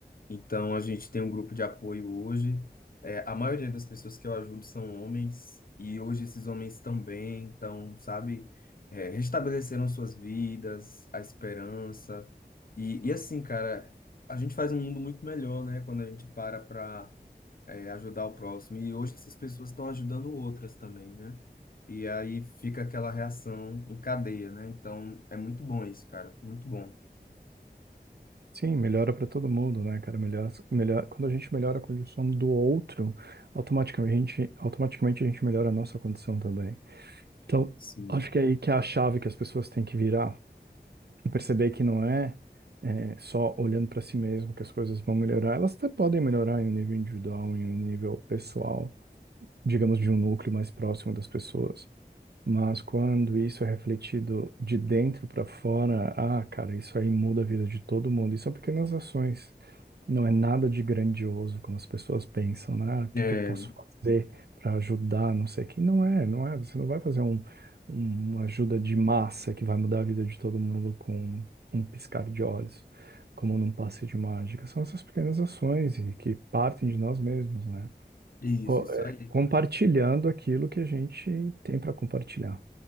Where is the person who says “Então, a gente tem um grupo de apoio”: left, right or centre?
Left